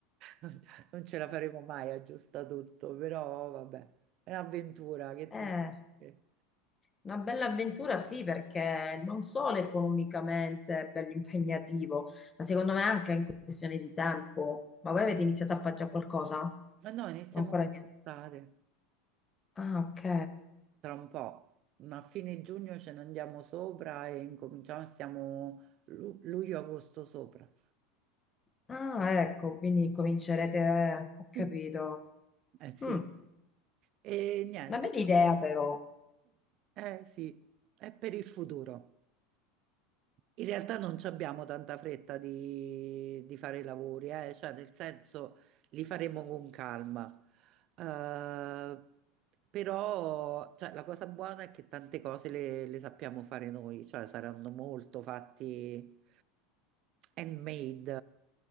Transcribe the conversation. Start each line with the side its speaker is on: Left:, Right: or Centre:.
Right: Non non ce la faremo mai a aggiusta tutto, però vabbè, è un'avventura che
Left: Eh,
Right: ti devo dire.
Left: una bella avventura sì, perché non solo economicamente è bello impegnativo, ma secondo me anche in questione di tempo. Ma voi avete iniziato a fare già qualcosa?
Right: Ma no, iniziamo
Left: Ancora
Right: quest'estate.
Left: niente. Ah, ok.
Right: tra un po', ma a fine giugno ce ne andiamo sopra e incominciamo, stiamo lu- luglio-agosto sopra.
Left: Ah, ecco, quindi comincerete, eh, ho capito.
Right: Mm. Eh sì,
Left: Mm,
Right: E niente,
Left: una bella idea però.
Right: eh sì, è per il futuro. In realtà non ci abbiamo tanta fretta di, di fare i lavori, eh, Cioè, nel senso li faremo con calma. Eh, però cioè, la cosa buona è che tante cose le, le sappiamo fare noi, cioè saranno molto fatti handmade.